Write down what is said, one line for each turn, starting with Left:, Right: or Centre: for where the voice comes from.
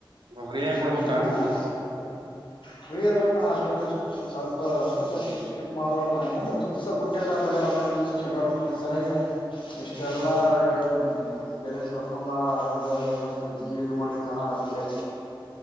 Right: ಫ್ರೀಯಂಗ
Left: ಹ್ಮ್
Right: ಬಿಡ್ಬೇಕ <unintelligible>
Left: ಫ್ರೀ ಇರ್ಬೇಕ ಅಣ್ಣ ಅಷ್ಟಕ್ಕಷ್ಟು ಸ್ವಲ್ಪ ಅಷ್ಟಕ್ಕಷ್ಟು <unintelligible> ಮಾಡ್ಬೇಕ ಅಣ್ಣ ಏನು ಎಷ್ಟು ದಿಸ ಬುಟ್ಟೆ ಇಲ್ಲಾ. <unintelligible> ಒಂದೇ ಒಂದ್ ದಿವ್ಸ ಶನಿವರು ಬಿುಟ್ಟಿದ್ ಸಲಗೆ ಇಷ್ಟ ಎಲ್ಲಾ
Right: ಹ್ಮ್
Left: ಹೇಳಿದ್ನಿ. ಪೇರೆಂಟ್ಸ್ ಕರ್ಕೊಂಡು ಬಾ ಹಂಗ <unintelligible> ಇದು ಮಾಡಿದಣ್ಣ ಅದಕ್ಕೆ.